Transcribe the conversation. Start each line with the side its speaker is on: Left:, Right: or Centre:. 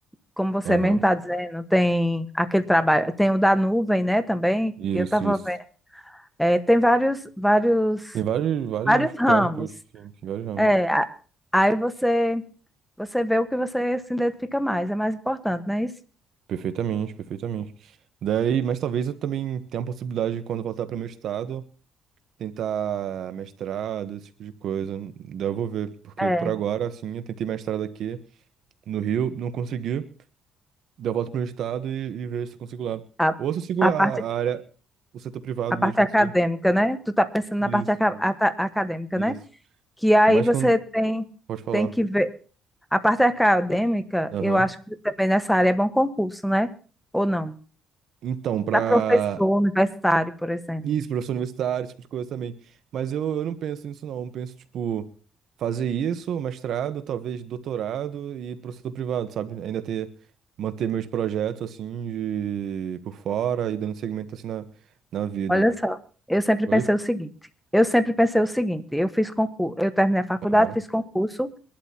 Centre: como você
Right: Aham.
Centre: mesmo está dizendo, tem aquele trabalho, tem o da nuvem, né, também,
Right: Isso,
Centre: que eu estava
Right: isso.
Centre: vendo. É, tem vários, vários,
Right: Tem vários, vários
Centre: vários ramos.
Right: campos, sim, tem vários ramos.
Centre: É, a- aí você, você vê o que você se identifica mais, é mais importante, não é isso?
Right: Perfeitamente, perfeitamente. Daí, mas talvez eu também tenha a possibilidade de quando voltar para o meu estado. tentar mestrado, esse tipo de coisa. Daí eu vou ver, porque
Centre: É,
Right: por agora, assim, eu tentei mestrado aqui no Rio, não consegui. Daí eu volto pro meu estado e, e vejo se eu consigo lá.
Centre: a,
Right: Ou se eu sigo
Centre: a
Right: a,
Centre: parte
Right: a área, o setor privado
Centre: A parte
Right: mesmo,
Centre: acadêmica,
Right: não sei.
Centre: né? Tu tá pensando na
Right: Isso,
Centre: parte aca-
Right: isso,
Centre: ata- acadêmica,
Right: isso.
Centre: né? Que aí
Right: Mas
Centre: você
Right: quando.
Centre: tem,
Right: Pode falar.
Centre: tem que ver. A parte acadêmica,
Right: Aham.
Centre: eu acho que também nessa área é bom concurso, né? Ou não?
Right: Então, pra
Centre: Para professor universitário, por exemplo.
Right: Isso, professor universitário, esse tipo de coisa também. Mas eu, eu não penso nisso, não. Eu penso, tipo, fazer isso, mestrado, talvez doutorado e pro setor privado, sabe? Ainda ter, manter meus projetos, assim, de, por fora e dando segmento, assim, na, na vida.
Centre: Olha só, eu sempre
Right: Oi?
Centre: pensei o seguinte. Eu sempre pensei o seguinte, eu fiz concurso, eu terminei a faculdade,
Right: Aham.
Centre: fiz concurso,